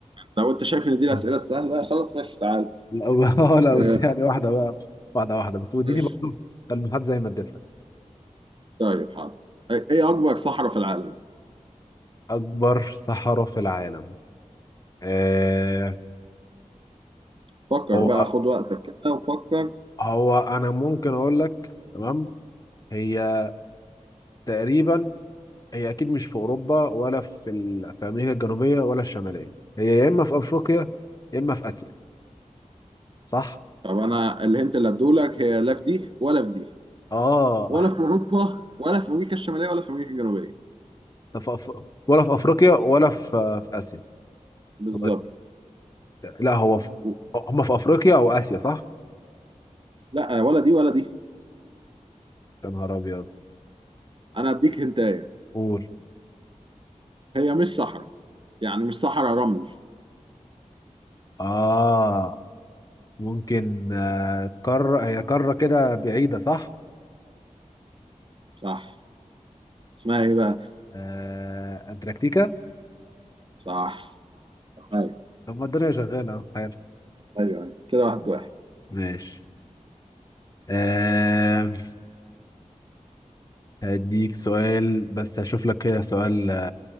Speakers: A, on the right; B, on the left.
A: لو انت شايف ان دي الاسئله
B: لا
A: السهله خلاص ماشي تعال
B: آه، <laughs> لا
A: آه،
B: بس يعني واحدة بقى واحدة واحدة بس واديني
A: ماشي
B: برضه تلميحات زي ما اديت لك
A: طيب حاضر ايه إيه اكبر صحراء في العالم
B: أكبر صحراء في العالم آه
A: فكر
B: هو
A: بقى خد وقتك كده وفكر
B: هو أنا ممكن أقول لك تمام هي تقريبا هي اكيد مش في اوروبا ولا في ال... في امريكا الجنوبيه ولا الشماليه هي يا اما في افريقيا يا اما في اسيا صح
A: طب انا الهنت اللي هديهولك هي لا في دي ولا في دي
B: اه
A: ولا
B: <laughs>
A: في اوروبا ولا في امريكا الشماليه ولا في امريكا الجنوبيه
B: طب في أف... ولا في افريقيا ولا في في اسيا
A: بالظبط
B: بس لا هو في...
A: و-
B: هم في افريقيا او اسيا صح
A: لا آه، ولا دي ولا دي
B: يا نهار ابيض
A: انا هديك هنتايه
B: قول
A: هي مش صحراء يعني مش صحراء رمل
B: اه ممكن آه، قاره هي قاره كده بعيده صح
A: صح اسمها ايه بقى
B: آه... انتاركتيكا
A: صح ايوه
B: طب ما الدنيا شغاله اهو حلو
A: ايوه أيوة. كده واحد واحد
B: ماشي آه... هديك سؤال بس هشوف لك كده سؤال